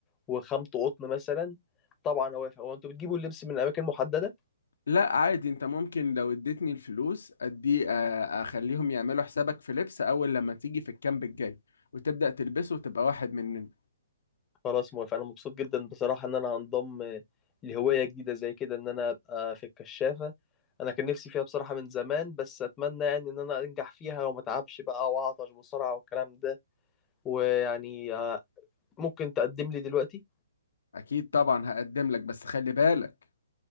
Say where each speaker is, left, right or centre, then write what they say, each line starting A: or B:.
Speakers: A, on the left; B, on the left.
A: وخامته قطن مثلا طبعا هو هو أنتوا بتجيبوا اللبس من أماكن محددة؟
B: لا عادي انت ممكن لو اديتني الفلوس ادي آه، اخليهم يعملوا حسابك في لبس اول لما تيجي في الكامب الجاي وتبدأ تلبسه وتبقى واحد مننا
A: خلاص موافق انا مبسوط جدا بصراحه ان انا هنضم لهوايه جديده زي كده ان انا ابقى في الكشافه انا كان نفسي فيها بصراحه من زمان بس اتمنى يعني ان انا انجح فيها وما اتعبش بقى واعطش بسرعه والكلام ده ويعني آه، ممكن تقدم لي دلوقتي
B: اكيد طبعا هقدم لك بس خلي بالك